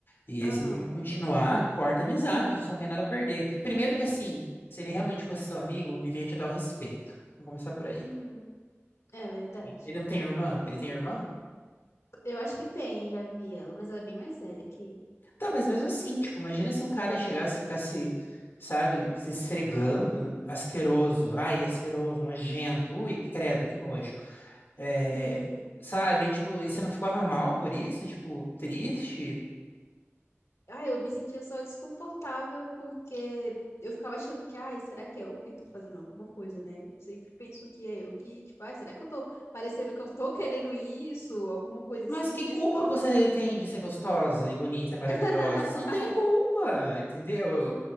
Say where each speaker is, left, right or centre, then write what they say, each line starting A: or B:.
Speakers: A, on the left; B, on the left.
A: E
B: aham,
A: se ele continuar, corta a amizade, você não tem nada a perder. Primeiro que assim, se ele realmente fosse seu amigo, ele ia te dar o respeito. Vamos começar por aí.
B: uhum, é verdade.
A: Ele não tem irmã? Ele tem irmã?
B: Eu acho que tem, já vi ela, mas ela é bem mais velha que ele.
A: Tá, mas mesmo assim, tipo, imagina se um cara chegasse e ficasse, sabe, se esfregando,
B: Aham.
A: asqueroso, ai, asqueroso, nojento, ui, credo, que nojo. É,
B: <laughs>
A: sabe, tipo, e você não ficava mal por isso? Tipo, triste?
B: Ai, eu me sentia só desconfortável porque eu ficava achando que, ai, será que é eu que tô fazendo alguma coisa, né? Sempre penso que é eu que, tipo, ai, será que eu tô parecendo que eu tô querendo isso? Alguma coisa
A: Mas
B: assim,
A: que
B: mesmo
A: culpa
B: que
A: você
B: eu.
A: tem de ser gostosa e bonita e maravilhosa?
B: <laughs>
A: Você não
B: Ai.
A: tem culpa, entendeu? Eu-